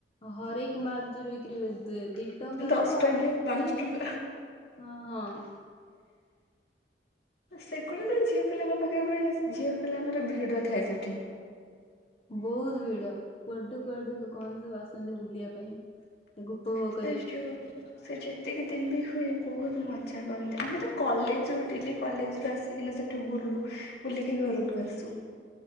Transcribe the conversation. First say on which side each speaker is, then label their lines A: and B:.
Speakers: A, on the left (about 35°); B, on the left (about 65°).
A: ହରେକ ମାଲ ଯଉ ବିକ୍ରି ହୁଏ। ଦି ଦି ଟଙ୍କା
B: ଦଶ
A: ରୁ
B: ଟଙ୍କିଆ
A: ଆରମ୍ଭ କରି
B: ପାଞ୍ଚ ଟଙ୍କା
A: ହଁ, ହଁ।
B: ସେଗଳିରେ ଝିଅ ପିଲାଙ୍କ ପାଖରେ। ଝିଅପିଲାଙ୍କର ଭିଡ ଥାଏ ସେଠି।
A: ବହୁତ ଭିଡ କୁଆଡୁ କୁଆଡୁ ଲୋକମାନେ ସବୁ ଆସନ୍ତି ବୁଲିବା ପାଇଁ। ଗୁପ
B: <unintelligible> ସେ ଯେତିକି ଦିନ ବି ହୁଏ ବହୁତ ମଜା କରନ୍ତି। ଆମେ ତ କଲେଜ ରୁ ଡେଲି କଲେଜ ରୁ ଆସି କାହିଁକିନା ସେଠୁ ବୁଲୁ ବୁଲିକି ଘରକୁ ଆସୁ।